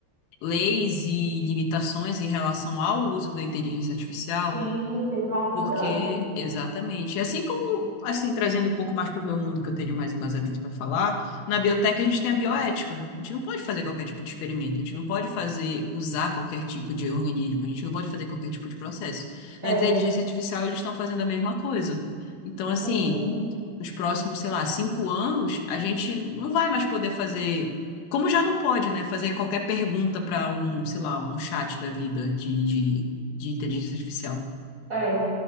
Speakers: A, on the left (about 85°); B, on the right (about 15°).
A: leis e limitações em relação ao uso da inteligência artificial.
B: Sim, tem que tomar muito
A: Porque,
B: cuidado.
A: exatamente. Assim como, assim, trazendo um pouco mais para o meu mundo, que eu tenho mais embasamento para falar, na biotech a gente tem a bioética. A gente não pode fazer qualquer tipo de experimento, a gente não pode fazer, usar qualquer tipo de organismo, a gente não pode fazer qualquer tipo de processo.
B: É,
A: Na inteligência artificial, eles estão fazendo a mesma coisa. Então, assim,
B: sim.
A: nos próximos, sei lá, cinco anos, a gente não vai mais poder fazer. Como já não pode, né? Fazer qualquer pergunta para um, sei lá, um chat da vida de, de, de inteligência artificial.
B: É.